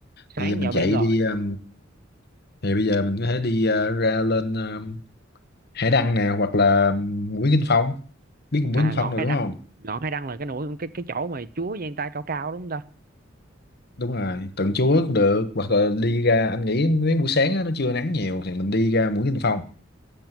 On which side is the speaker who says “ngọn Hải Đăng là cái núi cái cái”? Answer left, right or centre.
Right